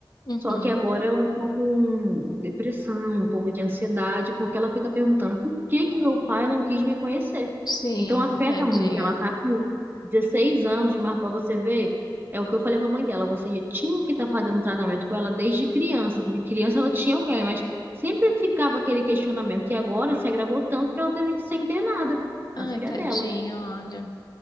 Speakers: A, on the left; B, on the right.
A: Uhum.
B: Só que agora ela tá com depressão, um pouco de ansiedade, porque ela fica perguntando por que que meu pai não quis me conhecer.
A: Sim,
B: Então afeta
A: tadinha.
B: muito. Ela tá com 16 anos, mas para você ver, é o que eu falei para a mãe dela, você já tinha que estar fazendo tratamento com ela desde criança, porque criança ela tinha alguém, mas sempre ficava aquele questionamento. E agora se agravou tanto que ela teve que ser internada,
A: Ai,
B: a filha
A: tadinha,
B: dela.
A: olha.